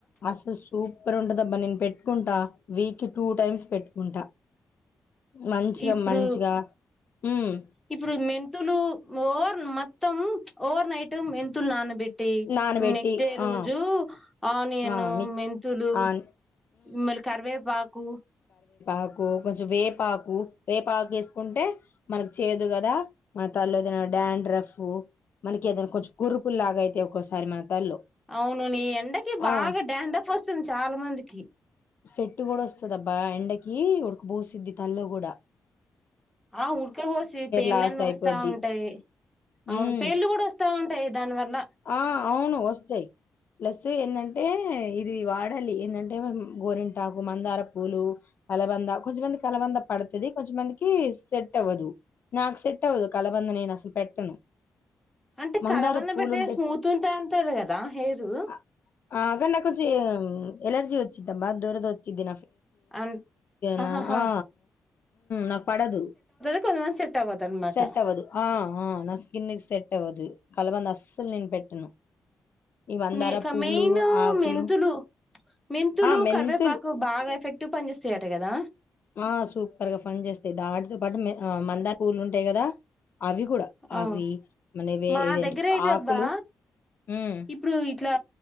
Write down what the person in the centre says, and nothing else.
ఇప్పుడు
ఇప్పుడు మెంతులు ఓ హ్మ్మ్ మొత్తం ఓవర్ నైట్ మెంతులు నానబెట్టు
నెక్స్ట్ డే
రోజు ఆనియన్
మెంతులు
మళ కరివేపాకు
అవును నీ ఎండకి బాగా
డ్యాండ్రఫ్ వస్తుంది చాలా మందికి
ఆ ఉడక పోసి పేర్లన్నీ
వస్తా ఉంటాయి
అవును పేర్లు కూడా వస్తా ఉంటాయి దాని వల్ల
అంటే
కలబంద
పెడి అయితే స్మూత్ ఉంటే అంటారు కదా హెయిరు
అం ఆహాహా
కొంత మందికి సెట్ అవ్వదు అనమాట
మ
మెయిన్
మెంతులు మెంతులు
కరివేపాకు బాగా ఎఫెక్టివ్ పనిచేస్తాయట కదా
ఆ
మా
దగ్గర అయితే
అబ్బా
ఇప్పుడు ఇట్లా